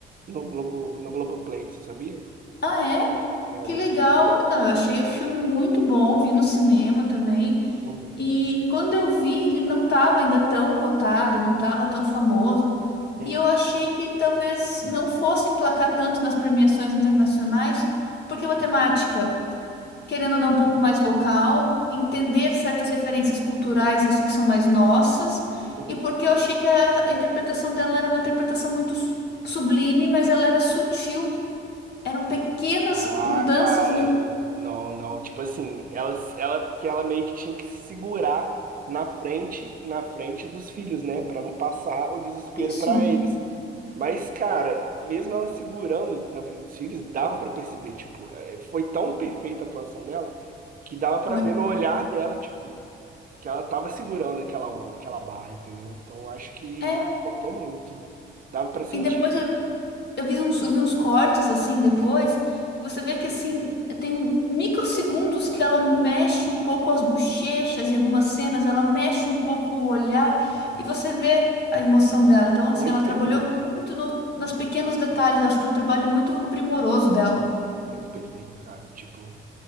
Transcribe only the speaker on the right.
no Globo, no Globoplay, você sabia?
É,
vai
ser.
Uhum,
uhum,
uhum.
Ah,
cara,
n- não, não. Tipo assim, ela, ela, porque ela meio que tinha que se segurar na frente, na frente dos filhos, né, Pra não passar o desespero
pra eles. Mas, cara, mesmo ela segurando na frente dos filhos, dava pra perceber, tipo, eh, foi tão perfeita a atuação dela que dava pra
ver no olhar dela, tipo, que ela tava segurando aquela onda, aquela barra, entendeu? Então, eu acho que
faltou muito. Dava pra sentir,
cara,
muito
perfeito.
Muito perfeito, cara. Tipo,